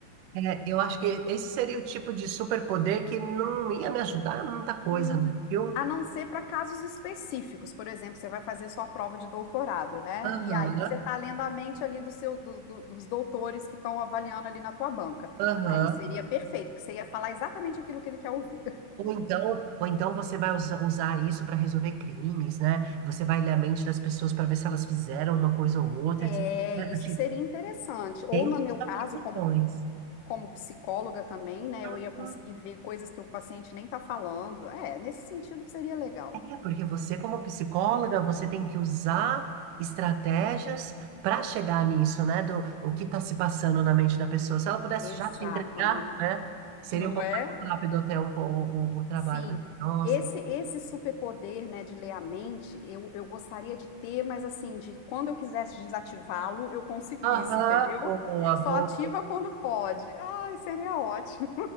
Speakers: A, on the right (about 80°); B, on the left (about 80°).
A: É, eu acho que esse seria o tipo de superpoder que não ia me ajudar a muita coisa,
B: Hum,
A: não, viu?
B: A não ser para casos específicos. Por exemplo, você vai fazer sua prova de doutorado, né?
A: Aham,
B: E aí você está lendo a mente ali do seu, do- do- dos doutores que estão avaliando ali na tua banca.
A: aham.
B: Aí seria perfeito, porque você ia falar exatamente aquilo que ele quer ouvir.
A: Ou então, ou então você vai usa- usar isso para resolver crimes, né? Você vai ler a mente das pessoas para ver se elas fizeram uma coisa ou outra,
B: É,
A: etc.
B: isso
A: Acho que
B: seria interessante. Ou
A: Tem
B: no
A: suas
B: meu caso,
A: aplicações.
B: como, como psicóloga também, né?
A: Uhum.
B: Eu ia conseguir ver coisas que o paciente nem está falando. É, nesse sentido seria legal.
A: É, porque você, como psicóloga, você tem que usar estratégias para chegar nisso, né? Do o que está se passando na mente da pessoa. Se ela pudesse
B: Exato,
A: já te entregar,
B: amigo.
A: né? Seria
B: Não
A: um pouco
B: é?
A: mais rápido até um, pouco o, o o trabalho.
B: Sim,
A: Mas, nossa.
B: esse
A: que-
B: esse superpoder, né, de ler a mente, eu, eu gostaria de ter, mas assim, de quando eu quisesse desativá-lo, eu conseguisse,
A: Aham,
B: entendeu?
A: boa,
B: Só
A: boa.
B: ativa quando pode. Ai, seria ótimo.